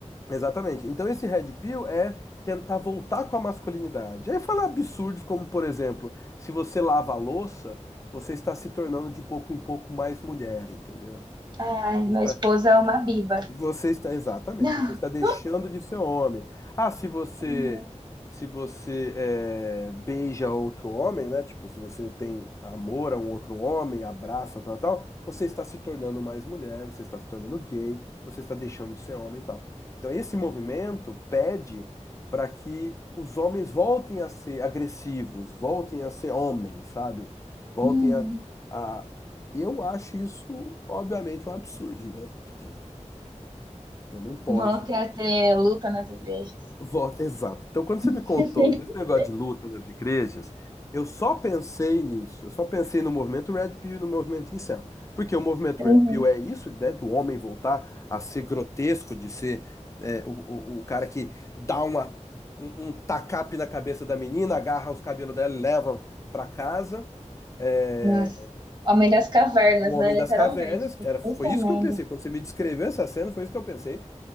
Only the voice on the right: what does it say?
Ai,
minha
esposa é uma biba.
<laughs>
Uhum.
Hum.
Vão ter a ter luta nas igrejas.
<laughs>
Uhum.
Nossa, homem das cavernas,
né? Literalmente.
Puta
merda.